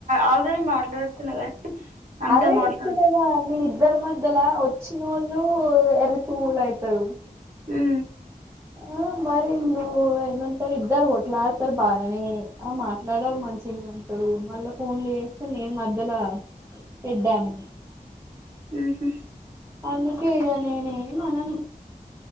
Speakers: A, on the right (about 55°); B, on the right (about 20°).
A: ఆల్రెడీ మాట్లాడుతున్నా కానీ అంతా
B: అదే
A: మాట్లాడు
B: చెప్తున్నాగా మీ ఇద్దర్ మధ్యల వచ్చినోల్లు ఎర్రి పువ్వులు అయితారు
A: ఉ
B: ఆ మరి నువ్ ఏమంటరు ఇద్దరు కోట్లడతారు బాగానే ఆ మాట్లాడారు మంచినే అంటరు మళ్ళా ఫోన్లు చేస్త నేను మధ్యల ఎడ్డిమెనే
A: ఉహ
B: అందుకే ఇగ నేనేం అనను